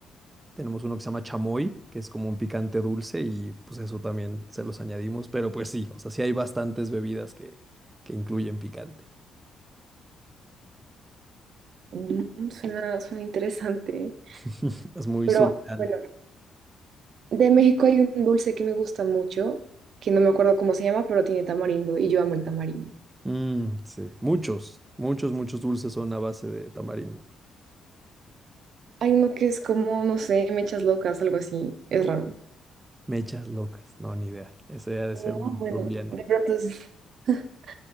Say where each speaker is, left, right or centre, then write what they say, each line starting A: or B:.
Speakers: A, on the right; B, on the right.
A: Tenemos uno que se llama chamoy, que es como un picante dulce y pues eso también se los añadimos, pero pues sí, o sea, sí hay bastantes bebidas que, que incluyen picante.
B: Mm, suena, suena interesante.
A: <laughs> Es muy
B: Pero
A: surreal.
B: bueno, de México hay un dulce que me gusta mucho, que no me acuerdo cómo se llama, pero tiene tamarindo y yo amo el tamarindo.
A: Mm, sí, muchos, muchos, muchos dulces son a base de tamarindo.
B: Hay uno que es como, no sé, mechas locas, algo así. Es raro.
A: Mechas locas, no, ni idea. Ese ha de
B: No,
A: ser uno
B: bueno,
A: colombiano.
B: de pronto es- <laughs>